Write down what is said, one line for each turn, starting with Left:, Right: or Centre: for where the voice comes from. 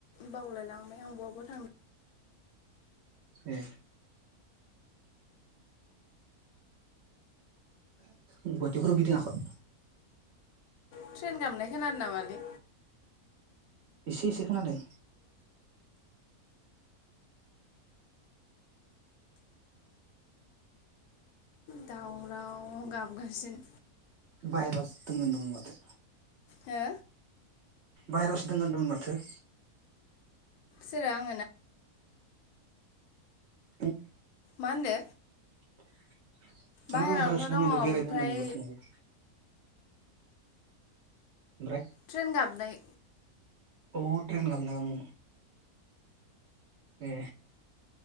Left: बावलायलांबाय आं बवा बवा
Right: एह गुवाटिफोरव गिदिंङाखय
Left: ट्रेन गाबनाय खोनादो नामलि
Right: एसे इसे खोनादों
Left: दावराव गाबगासिनो
Right: भाइरास दोङो होनदोंमोन माथो
Left: हो
Right: भाइरस दोंङो होनदोंमोन माथो।
Left: सोरो आंङो ना
Right: उं
Left: मा होनदो
Right: <inaudible> <unintelligible>
Left: बाहेरावनोथ' दङ ओमफ्राय
Right: बेरायगोन होनदों र थांनि ओमफ्राय
Left: ट्रेन गाब्बाय
Right: औ ट्रेन गाबदों। ए